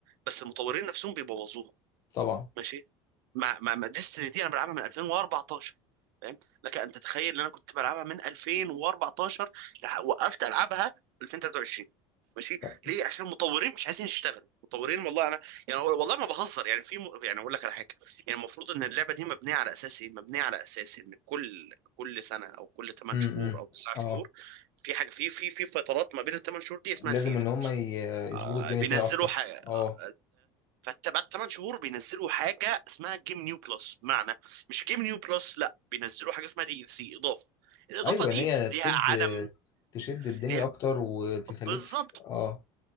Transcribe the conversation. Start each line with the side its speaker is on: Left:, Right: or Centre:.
Right: بس المطورين نفسهم بيبوظوها
Left: طبعا
Right: ماشي مع مع مع ديستني دي انا بلعبها من 2014 فاهم لك ان تتخيل ان انا كنت بلعبها من 2014 لح- وقفت العبها 2023 ماشي
Left: طب.
Right: ليه عشان المطورين مش عايزين يشتغلوا مطورين والله انا يعني والله ما بهزر يعني في م... يعني اقول لك على حاجه يعني المفروض ان اللعبه دي مبنيه على اساس ايه مبنيه على اساس ان كل كل سنه او كل 8
Left: امم
Right: شهور او 9
Left: <laughs>
Right: شهور
Left: اه
Right: في حاجه في في في فترات ما بين الثمان شهور دي اسمها
Left: لازم
Right: سيزون
Left: ان هم ي-
Right: آه،
Left: يظبطوا الدنيا
Right: بينزلوا
Left: فيها اكتر
Right: حاجه
Left: اه
Right: آه، فبعد 8 شهور بينزلوا حاجه اسمها جيم نيو بلس بمعنى مش جيم نيو بلس لا بينزلوا حاجه اسمها دي ال سي اضافه الاضافه
Left: ايوه
Right: دي
Left: ان هي تشد
Right: ليها عالم
Left: تشد الدنيا
Right: ليها
Left: اكتر وتخليك
Right: بالظبط
Left: في... اه